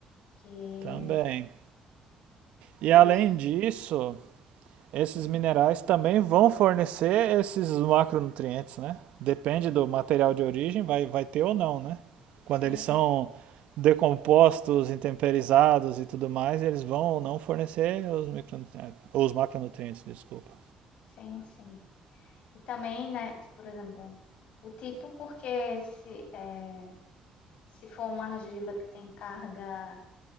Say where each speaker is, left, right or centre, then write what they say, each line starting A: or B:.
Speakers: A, on the left; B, on the right.
A: Que
B: também.
A: os,
B: E além disso, Esses minerais também vão fornecer esses macronutrientes, né? Depende do material de origem, vai, vai ter ou não, né? Quando
A: sim,
B: eles são decompostos, intemperizados e tudo mais, eles vão ou não fornecer os, micronutrientes, os macronutrientes, desculpa.
A: sim, sim. E também, né, por exemplo, o tipo, porque se, é, se for uma argila que tem carga